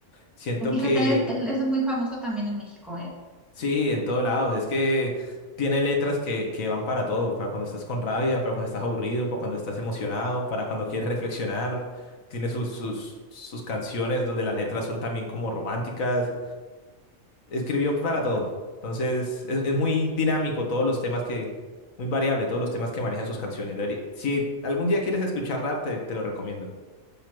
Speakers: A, on the left; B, in the centre.
A: Siento
B: pues fíjate,
A: que
B: él es, él es muy famoso también en México, ¿eh?
A: Sí, en todos lados. Es que tiene letras que, que van para todo, para cuando estás con rabia, para cuando estás aburrido, para cuando estás emocionado, para cuando quieres reflexionar. Tiene sus, sus, sus canciones donde las letras son también como románticas. Escribió para todo. Entonces, es, es muy dinámico todos los temas que, muy variable todos los temas que manejan sus canciones. Deberí- si algún día quieres escuchar rap, te, te lo recomiendo.